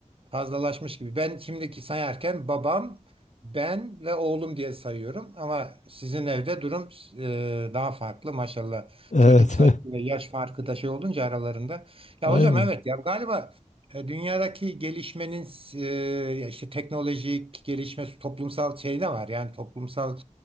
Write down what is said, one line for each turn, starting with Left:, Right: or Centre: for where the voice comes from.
Right: fazlalaşmış gibi. Ben şimdiki sayarken babam, ben ve oğlum diye sayıyorum ama sizin evde durum e, daha farklı maşallah.
Left: Evet.
Right: Çocuk sayısı ve yaş farkı da şey olunca aralarında. Ya
Left: <laughs> Aynen.
Right: hocam evet ya galiba e, dünyadaki gelişmenin e, ya işte teknolojik gelişme toplumsal şey de var. Yani toplumsal